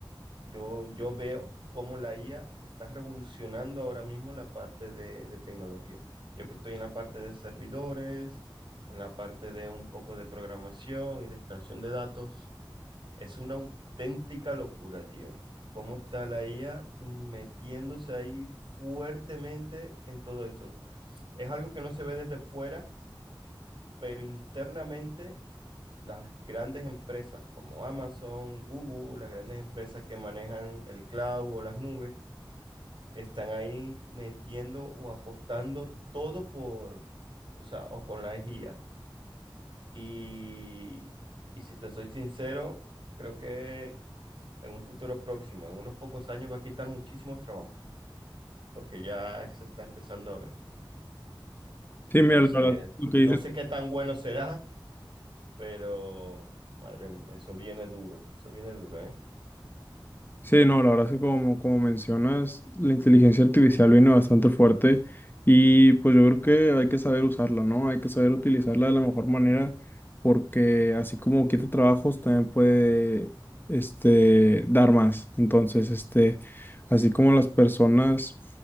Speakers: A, on the right (about 65°); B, on the left (about 25°).
A: Yo, yo veo cómo la IA está revolucionando ahora mismo la parte de, de tecnología. Yo que estoy en la parte de servidores, en la parte de un poco de programación y de extracción de datos, es una auténtica locura, tío. Cómo está la IA in- metiéndose ahí fuertemente en todo eso. Es algo que no se ve desde fuera, pero internamente las grandes empresas como Amazon, Google, las grandes empresas que manejan el cloud o las nubes, están ahí metiendo o apostando todo por, o sea, o con las IAs. Y, y si te soy sincero, creo que en un futuro próximo, en unos pocos años, va a quitar muchísimos trabajos, porque ya se está empezando a ver.
B: Sí,
A: Entonces,
B: mira, la verdad, lo que
A: no
B: dices
A: sé qué tan bueno será, pero madre mía, eso viene duro, eso viene duro, ¿eh?
B: Sí, no, la verdad es que como, como mencionas, la inteligencia artificial viene bastante fuerte y pues yo creo que hay que saber usarla, ¿no? Hay que saber utilizarla de la mejor manera porque así como quita trabajos, también puede, este, dar más. Entonces, este, así como las personas